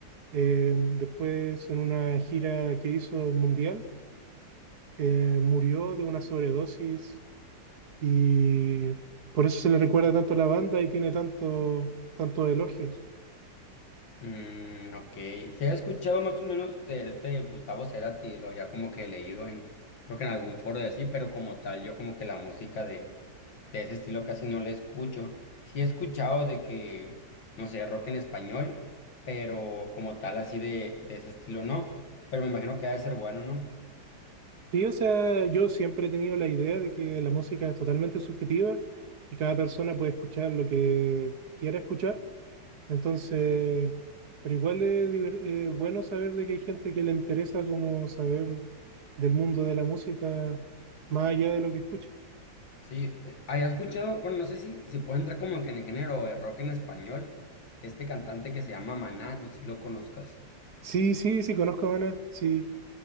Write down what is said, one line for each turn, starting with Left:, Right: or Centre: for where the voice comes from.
Right: eh, después en una gira que hizo mundial, eh, murió de una sobredosis y por eso se le recuerda tanto a la banda y tiene tanto, tantos elogios.
Left: Mm, ok. Se ha escuchado más o menos de este Gustavo Cerati, lo había como que leído en, creo que en algún foro de así, pero como tal, yo como que la música de, de ese estilo casi no la escucho. Sí he escuchado de que, no sé, rock en español, pero como tal, así de, de ese estilo no. Pero me imagino que ha de ser bueno, ¿no?
Right: Sí, o sea, yo siempre he tenido la idea de que la música es totalmente subjetiva y cada persona puede escuchar lo que quiera escuchar. Entonces, pero igual es, diver- es bueno saber de que hay gente que le interesa como saber del mundo de la música más allá de lo que escucha.
Left: Sí, eh, había escuchado, bueno, no sé si, si puede entrar como que en el género de rock en español, este cantante que se llama Maná, no sé si lo conozcas.
Right: Sí, sí, sí, conozco a Maná, sí,